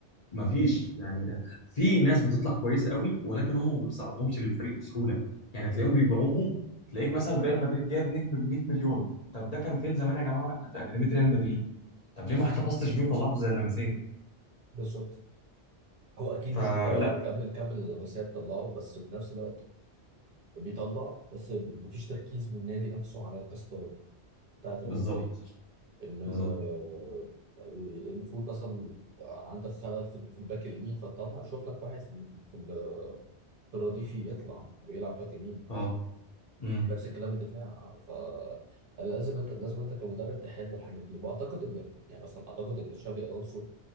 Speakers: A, on the left; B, on the right.
A: ما فيش يعني آه، في ناس بتطلع كويسه قوي ولكن هم ما بيساعدهمش للفريق بسهوله يعني تلاقيهم بيبيعوهم تلاقيك مثلا ريال مدريد جايب نجم ب 100 مليون طب ده كان فين زمان يا جماعه كان في اكاديميه ريال مدريد طب ليه ما
B: مم.
A: احتفظتش بيه وطلعته زي اللمسيه
B: بالظبط هو اكيد
A: فلا
B: مش بيطلع بكامل كم اللمسيه بتطلعه بس في نفس الوقت بيطلع بس مفيش تركيز من النادي نفسه على القصه بتاعت ريال
A: بالظبط
B: مدريد ان آه،
A: بالظبط
B: المفروض مثلا عندك خلل في في الباك اليمين فتطلع شوف لك واحد في في في ال- في الرديف يطلع ويلعب باك يمين
A: اه امم
B: نفس الكلام الدفاع ف لازم انت لازم انت كمدرب تحل الحاجات دي واعتقد ان يعني مثلا اعتقد ان تشافي الونسو